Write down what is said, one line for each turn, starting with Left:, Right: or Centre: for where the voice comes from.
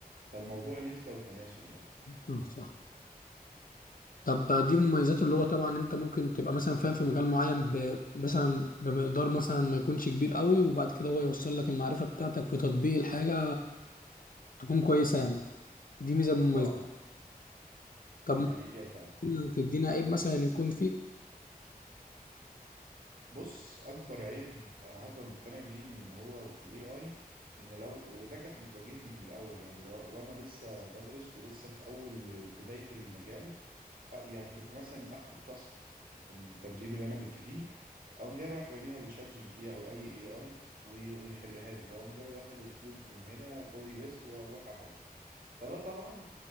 Right: فالموضوع نسبة وتناسب يعني
Left: مم، صح طب دي مميزاته اللي هو طبعا انت ممكن تبقى مثلا فاهم في مجال معين ب... مثلا بمقدار مثلا ما يكونش كبير قوي وبعد كده هو يوصل لك المعرفة بتاعتك في تطبيق الحاجة تكون كويسة يعني دي ميزة مميزة
Right: اه
Left: طب
Right: دي حقيقة فعلا
Left: ممكن تدينا عيب مثلا يكون فيه
Right: بص أكبر عيب هفضل مقتنع بيه إن هو في ال AI إن لو وده كانت بتواجهني في الأول يعني لو وأنا لسه بدرس ولسه في أول بداية المجال أ- يعني كنت مثلا آخد تاسك في التدريب اللي أنا كنت فيه أقوم جاي رايح راميها لشات جي بي تي أو أي AI وي- ويحلها لي وأقوم جاي واخد الكود من هنا كوبي بيست وأروح أحط فده طبعا